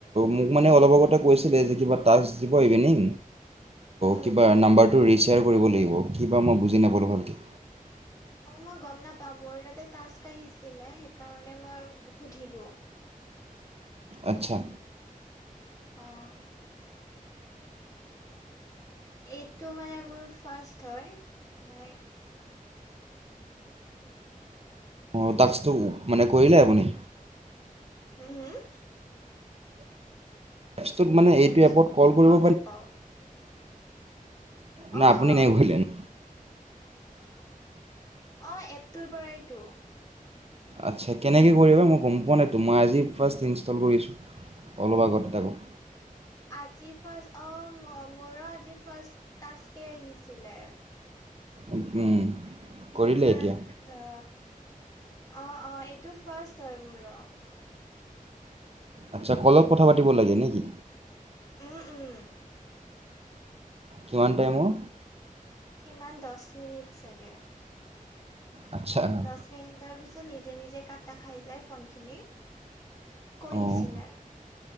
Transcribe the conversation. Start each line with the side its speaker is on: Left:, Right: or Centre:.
Right: মোক মানে অলপ আগতে কৈছিলে যে কিবা টাস্ক দিব ইভিনিং
Left: উম
Right: কি নম্বাৰ ৰিচিভ শ্বেয়াৰ কৰিব লাগিব কি বা মই বুজি নাপালোঁ ভালকৈ
Left: অ মই গম নাপাওঁ মোৰ তাতে তাস্ক আহিছিলে সেইকাৰণে মই সুধিলো অ
Right: আচ্ছা
Left: অ এইটো মানে মোৰ ফাৰ্ষ্ট হয় মই হুম
Right: অঁ টাক্সটো মানে কৰিলে আপুনি
Left: হম হম
Right: এপছটোত মানে
Left: ইয়াৰ
Right: এইটো
Left: পিছত
Right: এপত কল কৰিব
Left: গম নাপাও
Right: ন
Left: অ
Right: আপুনি
Left: অ
Right: নাই ঘূৰিলেনো
Left: অ এপটোৰ পৰাইতো
Right: আচ্ছা কেনেকৈ কৰিবা মই গম পোৱা নাইতো মই আজি ফাৰ্ষ্ট ইনষ্টল কৰিছোঁ অলপ আগতে তাকো
Left: আজি ফাৰ্ষ্ট অ মোৰো আজি ফাৰ্ষ্ট টাক্সকে আহিছিলে
Right: উম
Left: কিন্তু
Right: কৰিলে এতিয়া
Left: এ অ অ অ এইটো ফাৰ্ষ্ট হয় মোৰ অ
Right: আচ্ছা কলত কথা পাতিব লাগে নেকি
Left: উম উম
Right: কিমান টাইমৰ
Left: কিমান দহ মিনিট চাগে
Right: আচ্ছা
Left: দহ মিনিটৰ পিছত নি নিজে নিজে কটা খাই যায় ফন খিনি কৈ
Right: অঁ
Left: দিছিলে